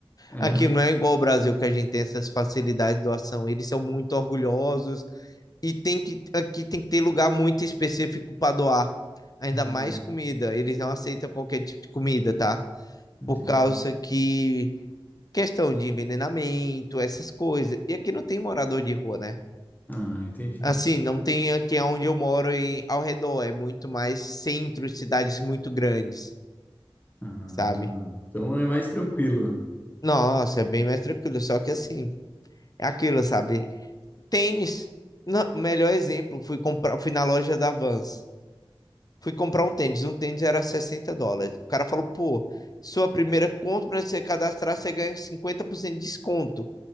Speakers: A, on the left; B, on the left.
A: É?
B: Aqui não é igual ao Brasil que a gente tem essas facilidades de doação. Eles são muito orgulhosos e tem que aqui tem que ter lugar muito específico para doar. Ainda
A: Hum,
B: mais comida. Eles não aceitam qualquer tipo de comida, tá?
A: entendi.
B: Por causa que questão de envenenamento, essas coisas. E aqui não tem morador de rua, né?
A: Ah, entendi.
B: Assim, não tem aqui onde eu moro e ao redor, é muito mais centro, cidades muito grandes,
A: Ah,
B: sabe?
A: então é mais tranquilo.
B: Nossa, é bem mais tranquilo, só que assim, é aquilo, sabe? Tênis. Não, melhor exemplo, fui comprar, fui na loja da Vans. Fui comprar um tênis, um tênis era 60 dólares. O cara falou, pô, sua primeira compra, você cadastrar, você ganha 50% de desconto.